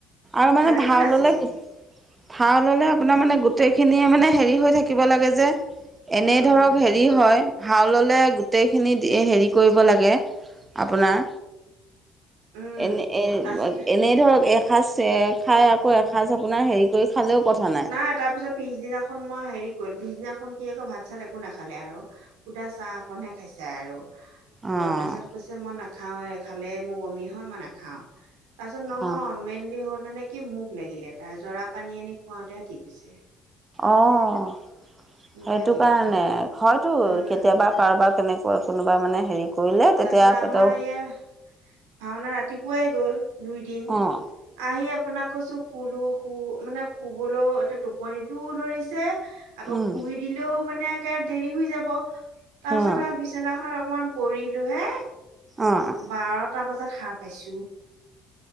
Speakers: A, on the right; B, on the right.
A: আৰু মানে
B: তেনেকৈ
A: ভাললৈ
B: নাচিছে সি
A: ভাও ল'লে আপোনাৰ মানে গোটেইখিনিয়ে মানে হেৰি হৈ থাকিব লাগে যে এনেই
B: উম
A: ধৰক হেৰি হয় হাউ ল'লে গোটেইখিনি হেৰি কৰিব লাগে আপোনাৰ
B: উম
A: এনে
B: তাৰপিছত
A: এনেই ধৰক এসাঁজ খাই আকৌ এসাঁজ আপোনাৰ হেৰি কৰি খালেও কথা
B: নাই তাৰ পিছত পিছদিনাখন মই হেৰি কৰিল পিছদিনাখন কি আকৌ ভাত চাত একো নাখালে আৰু সুদা চাহ অকণহে খাইছে আৰু অ
A: অঁ
B: তাৰপিছত কৈছে মই নাখাওঁ খালে মোৰ বমি হয় মই নাখাওঁ তাৰপিছত নহয়
A: অঁ
B: মেইনলি হ'ল মানে কি মুখ লাগিলে তাৰ জৰা পানী আনি খুৱাওঁতেহে ঠিক হৈছে
A: অঁ
B: মুখ
A: সেইটো
B: লাগিলে
A: কাৰণে
B: তাৰ
A: হয়তো
B: উম
A: কেতিয়াবা কাৰোবাৰ কেনেকুৱৈ কোনোবা মানে হেৰি কৰিলে
B: তাৰপিছত
A: তেতিয়া
B: আমাৰ
A: পেটৰ
B: ইয়াৰ ভাওনা ৰাতিপুৱাই গ'ল দুইদিন
A: অঁ
B: আহি আপোনাক কৈছো শুলো শু মানে শুবলৈও এতিয়া টোপনিটোও ধৰিছে আকৌ
A: উম
B: শুই দিলেও মানে একে দেৰি হৈ যাব তাৰপিছত
A: অঁ
B: আৰু বিচনাখনাত অলকমান কৰিলোঁহে
A: অঁ
B: বাৰটা বজাত সাৰ পাইছো